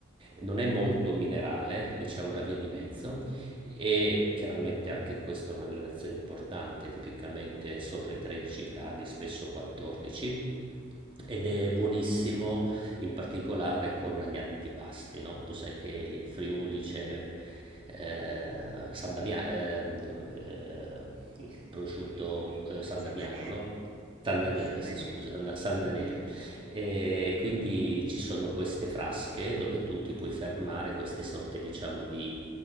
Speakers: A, on the right; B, on the right.
A: non è molto minerale, diciamo una via di mezzo, e chiaramente anche questa è una gradazione importante, tipicamente sopra i 13 gradi, spesso 14. Ed è buonissimo in particolare con gli antipasti, no? Tu sai che in Friuli c'è eh, San Damia- ehm, eh, il prosciutto eh, San
B: San
A: Damiano,
B: Daniele,
A: no? San Daniele,
B: San
A: si
B: Daniele.
A: scusa, San, Da- San Daniele. E quindi ci sono queste frasche dove tu ti puoi fermare, queste sorte, diciamo, di